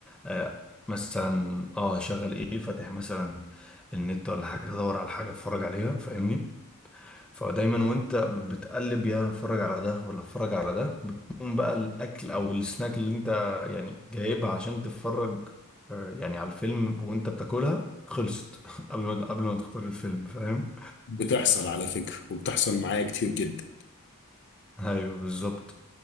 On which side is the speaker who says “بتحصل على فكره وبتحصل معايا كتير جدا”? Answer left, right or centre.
Left